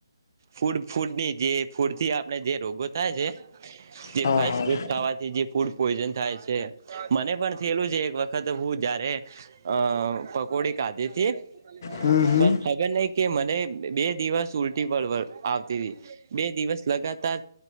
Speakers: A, on the right; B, on the left.
A: ફૂડ ફૂડની જે ફૂડથી આપ જે રોગો થાય છે જે
B: હા
A: ફાસ
B: હા
A: ફૂડ ખવાથી જે ફૂડ પોઈઝન થાય છે મને પણ થયેલું છે એક વખત હું જયારે અ પકોડી કાધીથી
B: હમ હમ
A: પણ ખબર નહી કે મને બે દિવસ ઉલટી પળ વ આવતી તી બે દિવસ લગાતાર